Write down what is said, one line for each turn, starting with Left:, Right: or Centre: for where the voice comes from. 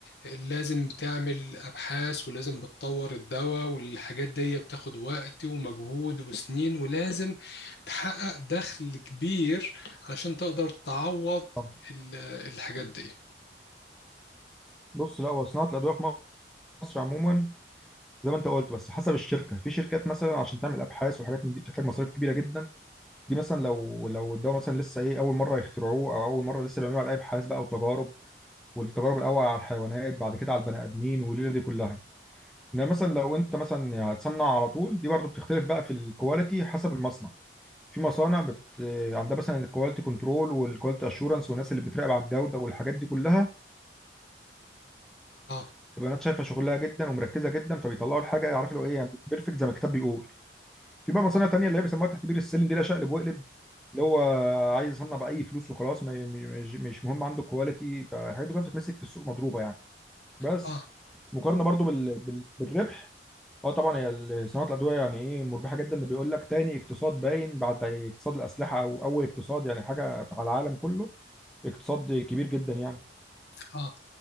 Left: لازم بتعمل أبحاث ولازم بتطور الدواء والحاجات دي بتاخد وقت ومجهود وسنين ولازم تحقق دخل كبير علشان تقدر تعوض
Centre: آه.
Left: ال- الحاجات دي
Centre: بص لا هو صناعه الادويه في مصر عموما زي ما انت قلت بس حسب الشركه في شركات مثلا عشان تعمل ابحاث وحاجات من دي بتحتاج مصاريف كبيره جدا دي مثلا لو لو ده مثلا لسه ايه اول مره يخترعوه او اول مره لسه بيعملوا عليه ابحاث بقى وتجارب والتجارب الاول على الحيوانات بعد كده على البني ادمين والليله دي كلها انما مثلا لو انت مثلا يعني هتصنع على طول دي برضو بتختلف بقى في الكواليتي حسب المصنع في مصانع بت... عندها مثلا الكواليتي كنترول والكواليتي اشورنس والناس اللي بتراقب على الجوده والحاجات دي كلها
Left: اه
Centre: تبقى الناس شايفه شغلها جدا ومركزه جدا فبيطلعوا الحاجه يعرفوا اللي هو ايه يعني بيرفكت زي ما الكتاب بيقول في بقى مصانع
Left: اه
Centre: تانية اللي هي بيسموها تحت بير السلم دي لا شقلب وقلب اللي هو عايز يصنع باي فلوس وخلاص ما- مش مش مهم عنده كواليتي فالحاجات دي كلها بتتمسك في السوق مضروبه يعني بس
Left: اه
Centre: مقارنه برضو بال... بال... بالربح اه طبعا هي ال- صناعه الادويه يعني ايه مربحه جدا ده بيقول لك تاني اقتصاد باين بعد اقتصاد الاسلحه او اول اقتصاد يعني حاجه على العالم كله اقتصاد كبير جدا يعني
Left: آه.